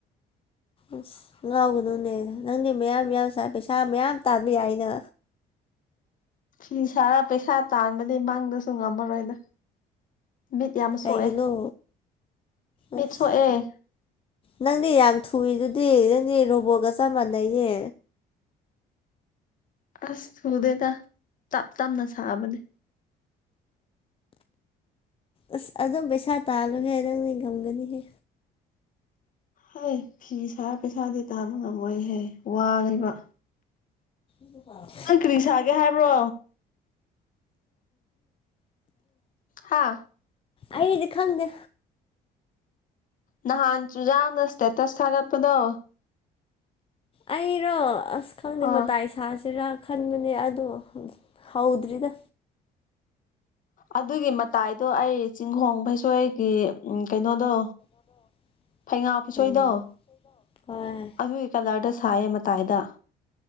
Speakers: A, on the left; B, on the left.
A: ꯑꯁ ꯉꯥꯎꯒꯅꯨꯅꯦ ꯅꯪꯗꯤ ꯃꯌꯥꯝ- ꯃꯌꯥꯝ ꯁꯥꯏ ꯄꯩꯁꯥ ꯃꯌꯥꯝ ꯇꯥꯟꯕ ꯌꯥꯏꯅ
B: ꯐꯤ ꯁꯥꯔ ꯄꯩꯁꯥ ꯇꯥꯟꯕꯗꯤ ꯃꯪꯗꯁꯨ ꯉꯝꯃꯔꯣꯏꯗ ꯃꯤꯠ ꯌꯥꯝ
A: ꯀꯩꯒꯤꯅꯣ
B: ꯁꯣꯛꯑꯦ ꯃꯤꯠ
A: ꯑꯁ
B: ꯁꯣꯛꯑꯦ
A: ꯅꯪꯗꯤ ꯌꯥꯝ ꯊꯨꯏꯗꯨꯗꯤ ꯅꯪꯗꯤ ꯔꯣꯕꯣꯠꯒ ꯆꯞ ꯃꯥꯟꯅꯩꯌꯦ
B: ꯑꯁ ꯊꯨꯗꯦꯗ ꯇꯞ-ꯇꯞꯅ ꯁꯥꯕꯅꯦ
A: ꯑꯁ ꯑꯗꯨꯝ ꯄꯩꯁꯥ ꯇꯥꯜꯂꯨꯍꯦ ꯅꯪꯅꯦ ꯉꯝꯒꯅꯤꯍꯦ
B: ꯍꯩ ꯐꯤ ꯁꯥꯔ ꯄꯩꯁꯥꯗꯤ ꯇꯥꯟꯕ ꯉꯝꯃꯣꯏꯍꯦ ꯋꯥꯏꯌꯦꯕ
A: <unintelligible>
B: ꯅꯪ ꯀꯔꯤ ꯁꯥꯒꯦ ꯍꯥꯏꯕ꯭ꯔꯣ ꯍꯥ
A: ꯑꯩꯗꯤ ꯈꯪꯗꯦ
B: ꯅꯍꯥꯟ ꯆꯨꯖꯥꯝꯅ ꯏꯁꯇꯦꯇꯁ ꯊꯥꯒꯠꯄꯗꯣ
A: ꯑꯩꯔꯣ ꯑꯁ ꯈꯪꯗꯦ
B: ꯑꯥ
A: ꯃꯇꯥꯏꯁꯦ ꯁꯥꯁꯤꯔ ꯈꯟꯕꯅꯦ ꯑꯗꯣ ꯍꯧꯗ꯭ꯔꯤꯗ
B: ꯑꯗꯨꯒꯤ ꯃꯇꯥꯏꯗꯣ ꯑꯩ ꯆꯤꯡꯈꯣꯡ ꯐꯩꯁꯣꯏꯒꯤ ꯀꯩꯅꯣꯗꯣ
A: <unintelligible>
B: ꯐꯩꯉꯥ ꯄꯨꯁꯣꯏꯗꯣ
A: ꯎꯝ ꯍꯣꯏ
B: ꯑꯗꯨꯒꯤ ꯀꯂꯔꯗ ꯁꯥꯏꯌꯦ ꯃꯇꯥꯏꯗ